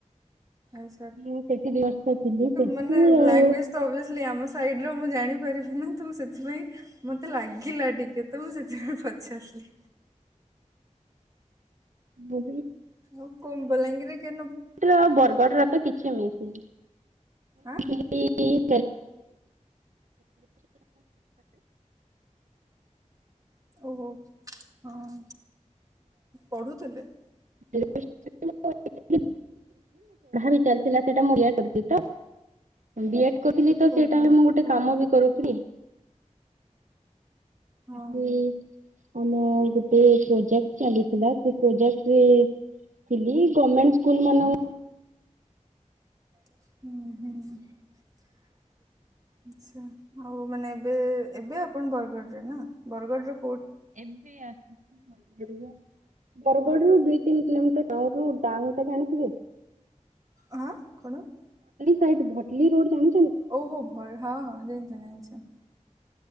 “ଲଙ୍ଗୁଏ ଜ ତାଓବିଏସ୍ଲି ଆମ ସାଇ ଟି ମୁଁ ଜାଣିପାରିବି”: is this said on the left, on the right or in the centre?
Right